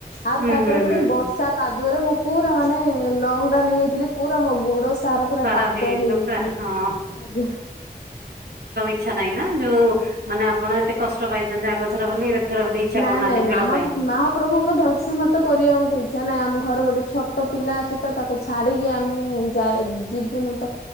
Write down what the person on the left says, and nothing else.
ଆଉ
ତାପରେ
ପୁଣି
ବ ସା କାଦୁଅରେ ମୁଁ ପୁରା ମାନେ ଲଙ୍ଗ ଟା ନେଇଯାଇଥିଲି ପୁରା ମୋ ଗୁଡ ସାରା ପୁରା
କାଦ
ହେଇଯାଇଥିଲା
ଆଜ୍ଞା।
ନାଇଁ-ନାଇଁ
ମାହା
<unintelligible> ମା ପ୍ରଭୁଙ୍କ ଦର୍ଶନ ତ କରିବା ମତେ ଇଚ୍ଛା ନାହିଁ ଆମ ଘରେ ଗୋଟେ ଛୋଟ ପିଲା ଅଛି ତ ତାକୁ ଛାଡ଼ିକି ଆମେ ଯାଏ ଯିବୁନୁ ତ।